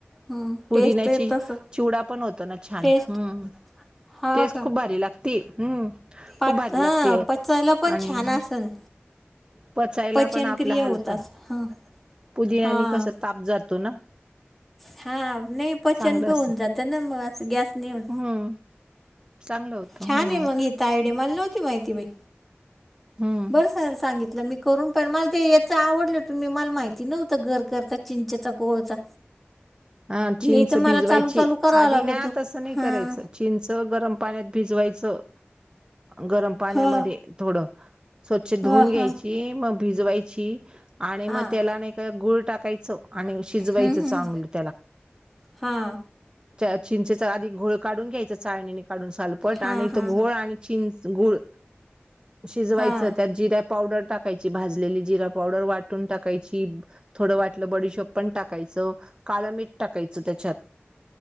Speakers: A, in the centre; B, on the right.
A: हम्म
B: पुदिन्याची
A: टेस्ट येत असल
B: चिवडा पण होतो ना छान
A: टेस्ट
B: हम्म.
A: हा
B: टेस्ट
A: का?
B: खूप भारी लागती, हम्म
A: पात
B: खूप भारी
A: हा
B: लागतीय
A: पचायला पण
B: आणि
A: छान असल
B: पचायला
A: पचनक्रिया
B: पण आपला हलकं
A: होत असल हा.
B: पुदिन्यानी
A: हा
B: कसं ताप जातो ना.
A: हा नाही पचन
B: चांगलं
A: बी
B: असत
A: होऊन जात ना मग अस गॅस नाही होत.
B: हम्म चांगलं होतं.
A: छान
B: हम्म
A: आहे मग हि तर आयडिया मला नव्हती माहिती बाई.
B: हम्म.
A: बरं सर सांगितलं मी करून पण मला ते याच आवडलं ती मला माहिती नव्हतं घर कर चिंचेचा कोळचा.
B: हा चिंच
A: हे तर मला
B: भिजवायची
A: चालू चालू करावा
B: आधी
A: लागतो
B: ना तसं नाही
A: हा.
B: करायचं चिंच गरम पाण्यांत बिजवायचं. गरम पाण्यामध्ये
A: हा
B: थोडं स्वच्छ
A: हा
B: धुून घ्यायची
A: हा.
B: मग भिजवायची आणि
A: हा.
B: मग त्याला नाही का गूळ टाकायचं आणि शिजवायचं
A: हम्म
B: चांगलं.
A: हम्म हा
B: त्या चिंचेचा आधी घोळ काढून घ्यायचा चाळणीने काढून साल पट
A: हा
B: आणि
A: हा.
B: तो घोळ आणि चिंच, गूळ शिजवायच
A: हा
B: त्यात जिऱ्या पावडर टाक टाकायची भाजलेली जिरा पावडर वाटून टाकायची. थोडं वाटलं बडिशोप पण टाकायचं. काळ मीठ टाकायचं त्याच्यात